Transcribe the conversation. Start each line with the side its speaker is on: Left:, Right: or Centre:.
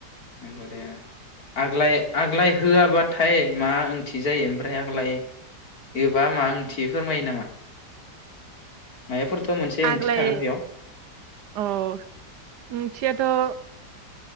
Left: नंगौ दे आग्लाय आग्लाय होआबाथाय मा ओंथि जायो ओमफ्राय आग्लाय होबा मा ओंथि फोरमायो नामा? माबाफोरथ' मोनसे
Right: आग्लाय
Left: ओंथि थागोन बेयाव
Right: अ ओंथियाथ'